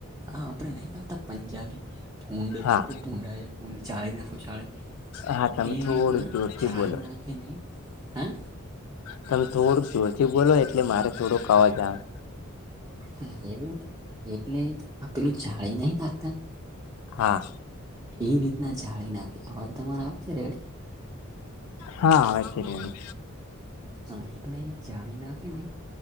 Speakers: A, on the right; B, on the left.
A: આપણે નહી આપતા પંજાબી ભુંડ
B: હા
A: કે ભુંડ હું ચાળી નાખું ચાળી
B: હા તમે
A: એ
B: થોડુંક
A: રીતના
B: જોરથી
A: ચળી
B: બોલો
A: નાખીને હા.
B: તમે થોડુંક જોરથી બોલો એટલે મારે થોડોક અવાજ આવે.
A: હા એ એટલે આપેલું જાળી નહી નાખતા.
B: હા.
A: એ રીતના જાળી નાખે અવાજ તમારે આવે છે રેડી?
B: હા આવે છે રેડી.
A: હા એટલે જાણી નાખે ને